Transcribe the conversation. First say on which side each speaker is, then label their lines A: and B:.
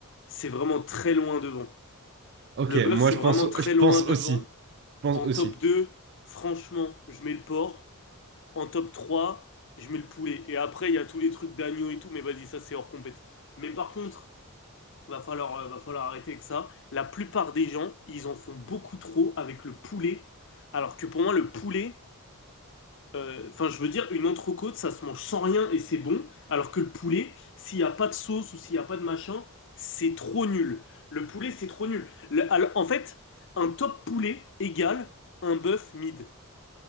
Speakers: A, on the left (about 60°); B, on the right (about 50°).
A: c'est vraiment très loin devant.
B: Ok,
A: Le bœuf,
B: moi
A: c'est
B: je
A: vraiment
B: pense,
A: très
B: je pense
A: loin devant.
B: aussi, je pense
A: En
B: aussi.
A: top 2 franchement, je mets le porc. En top 3, je mets le poulet. Et après, il y a tous les trucs d'agneau et tout, mais vas-y, ça c'est hors compète. Mais par contre, va falloir, euh, va falloir arrêter avec ça. La plupart des gens, ils en font beaucoup trop avec le poulet. Alors que pour moi, le poulet, euh, enfin, je veux dire, une entrecôte, ça se mange sans rien et c'est bon. Alors que le poulet, s'il n'y a pas de sauce ou s'il n'y a pas de machin, c'est trop nul. Le poulet, c'est trop nul. Le- alors, en fait, un top poulet égale un bœuf mid.